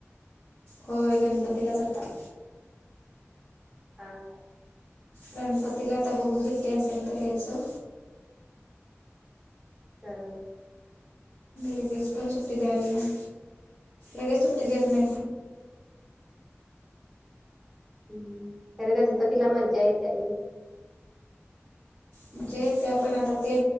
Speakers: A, on the left (about 45°); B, in the centre.
A: होय गणपतीला, जाता.
B: हां.
A: गणपतीला आता बघू, सुट्टी असल तर यायचं.
B: हं हं.
A: लगेच पण सुट्टी द्यायला नही, लगेच सुट्टी देत नाहीत ना.
B: हम्म, खर गणपती ला मज्जा येते आणि.
A: म्हणजे ते आपण आता, ते